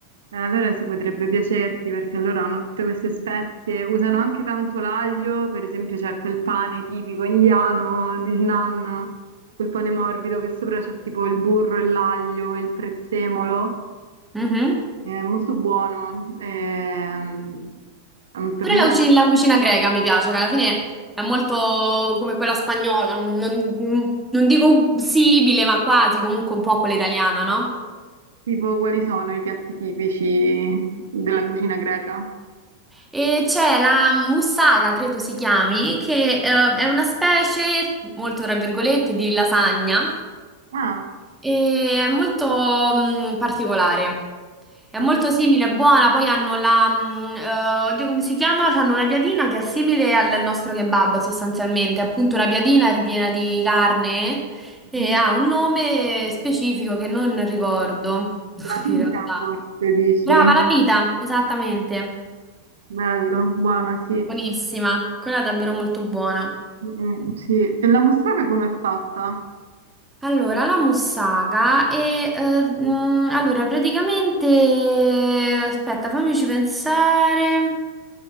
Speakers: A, on the right; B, in the centre.
A: Eh, Allora si potrebbe piacerti perché loro hanno tutte queste spezie, usano anche tanto l'aglio, per esempio c'è quel pane tipico indiano, il naan, quel pane morbido che sopra c'è tipo il burro e l'aglio e il prezzemolo,
B: Mhm.
A: è molto buono. Ehm, ehm, per
B: Pure
A: me
B: la
A: la-
B: cucina, la cucina greca mi piace, che alla fine è molto come quella spagnola, non, non dico simile, ma quasi comunque un po' quella italiana, no?
A: tipo quali sono i piatti tipici della cucina greca?
B: E c'è la mussaga, credo si chiami, che eh, è una specie, molto tra virgolette, di lasagna
A: Ah,
B: e è molto mh, particolare. È
A: ma
B: molto
A: per-
B: simile, è buona, poi hanno la, mh, eh, oddio come si chiama? Hanno una piadina che è simile al nostro kebab sostanzialmente, è appunto una piadina ripiena di carne
A: mhm.
B: e ha un nome specifico che non ricordo <laughs>
A: la pita
B: in realtà.
A: forse dici?
B: Brava, la pita, esattamente.
A: Bello, buona, sì.
B: Buonissima, quella è davvero molto buona.
A: Mm, sì, e la moussaka com'è fatta?
B: Allora, la moussaka e eh, mm, allora praticamente aspetta, fammici pensare.